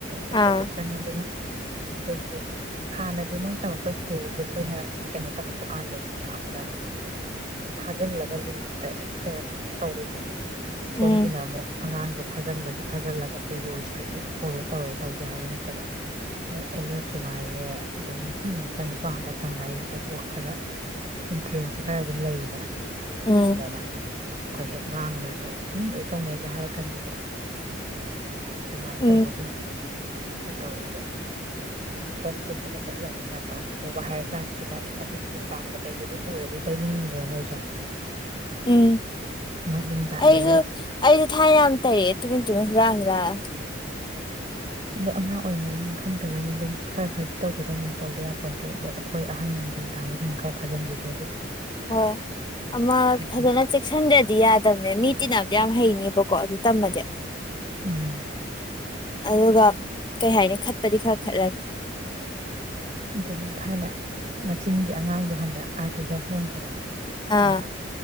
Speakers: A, on the right; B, on the left.
A: ꯕꯁ
B: ꯑꯥ
A: ꯆꯠꯄꯅꯤ ꯑꯗꯨꯨꯝ ꯑꯩꯈꯣꯏꯒꯤ ꯍꯥꯟꯅꯗꯤ ꯃꯣꯏꯅ ꯇꯝꯃꯛꯄ ꯁ꯭ꯀꯨꯜꯁꯦ ꯑꯩꯈꯣꯏꯅ ꯀꯩꯅꯣ ꯇꯝꯃꯛꯄ ꯀꯥꯟꯗꯗꯤ ꯌꯥꯝꯅ ꯐꯥꯖꯤꯜꯂꯒ ꯂꯤꯃꯤꯠꯇ ꯍꯦꯛꯇ ꯇꯧꯋꯦꯗꯅ
B: ꯎꯝ
A: ꯁꯣꯝꯒꯤꯅ ꯑꯃꯨꯛ ꯑꯉꯥꯡꯗꯣ ꯐꯥꯖꯤꯟꯕꯗ ꯐꯥꯖꯤꯜꯂꯒꯁꯨ ꯔꯨꯜ ꯏꯁꯇ꯭ꯔꯤꯛꯂꯤꯗꯤ ꯐꯣꯂꯣ ꯇꯧꯋꯦ ꯇꯧꯗꯦ ꯍꯥꯏꯕ ꯅꯠꯇꯕ ꯑꯦꯜ ꯑꯦꯞ ꯁꯨꯅꯨꯡ ꯉꯥꯏꯔꯦ ꯑꯗꯨꯝ ꯅꯨꯄꯤ ꯉꯥꯛꯇ ꯅꯨꯄꯥ ꯉꯥꯛꯇ ꯊꯝꯕ ꯍꯥꯏꯁꯤꯗꯕꯨ ꯈꯔ ꯏꯟꯁꯨꯔꯦꯟꯁꯁꯦ ꯈꯔ ꯑꯗꯨꯝ ꯂꯩꯗꯅꯅ
B: ꯎꯝ
A: ꯑꯩꯈꯣꯏ ꯍꯦꯛ ꯉꯥꯡꯉꯨꯔꯁꯨ ꯑꯁ ꯃꯤ ꯂꯣꯏ ꯇꯧꯅꯩꯒ ꯍꯥꯏꯔꯛꯀꯅꯤꯕ ꯑꯗꯨꯃꯥꯏꯅ
B: ꯎꯝ
A: ꯇꯧꯕꯒꯨꯝꯕꯒ ꯇꯧꯋꯦ ꯑꯗꯨꯒ ꯕꯁ ꯀꯨꯝꯕꯗ ꯆꯠꯂꯅꯤꯅ ꯀ꯭ꯂꯥꯁ ꯑꯧꯕ ꯍꯥꯏꯌꯔ ꯀ꯭ꯂꯥꯁꯀꯤꯅ ꯈꯤꯇꯪ ꯄꯥꯝꯕ ꯇꯩꯕꯗꯨ ꯎꯔꯗꯤ ꯇꯩꯅꯤꯡꯉꯤꯅꯤꯅ ꯃꯣꯏꯁꯨ
B: ꯎꯝ
A: ꯅꯣꯛꯅꯤꯡꯖꯥꯠꯅꯦꯕ
B: ꯑꯩꯁꯨ
A: ꯌꯥꯝ
B: ꯑꯩꯁꯨ ꯊꯥꯏꯅ ꯌꯥꯝ ꯇꯩꯔꯛꯑꯦ ꯇꯨꯃꯤꯟ ꯇꯨꯃꯤꯟ ꯍꯨꯔꯥꯡꯦ ꯋꯥꯥ
A: ꯑꯗꯣ ꯑꯉꯥꯡ ꯑꯣꯏꯔꯤꯉꯩꯅꯤ ꯈꯪꯗꯕꯩꯅꯤ ꯑꯗꯨꯝ ꯈꯔ ꯈꯔꯗꯤ ꯇꯧꯒꯗꯕꯅꯤ ꯇꯧꯗ ꯌꯥꯄꯣꯠꯇꯗꯤ ꯑꯗꯣ ꯑꯩꯈꯣꯏ ꯑꯍꯟ ꯒ꯭ꯌꯥꯟ ꯇꯥꯕꯁꯤꯡꯅ ꯈꯔ ꯐꯥꯖꯟꯕꯤꯗ꯭ꯔꯗꯤ
B: ꯍꯣꯏ ꯑꯃ
A: ꯀꯗꯥꯏ
B: ꯐꯖꯅ ꯆꯦꯛꯁꯤꯟꯗ꯭ꯔꯗꯤ ꯌꯥꯗꯕꯅꯦ ꯃꯤ ꯇꯤꯟꯅꯝꯗꯤ ꯌꯥꯝ ꯍꯩꯅꯦꯕꯀꯣ ꯀꯣꯗꯤ ꯇꯝꯕꯖꯦ
A: ꯎꯝ
B: ꯑꯗꯨꯒ ꯀꯩ ꯍꯥꯏꯅꯤ ꯈꯠꯄꯗꯤ ꯈꯔ ꯈꯠꯂꯒꯦ
A: ꯑꯗꯨꯅꯦ ꯊꯥꯏꯅ ꯃꯆꯤꯟꯒꯤ ꯑꯉꯥꯡꯗꯣ ꯈꯪꯕ꯭ꯔꯥ ꯑꯥꯔ ꯀꯦꯗ ꯍꯣꯡꯕꯗꯣ ꯈꯪꯕ꯭ꯔꯥ
B: ꯑꯥ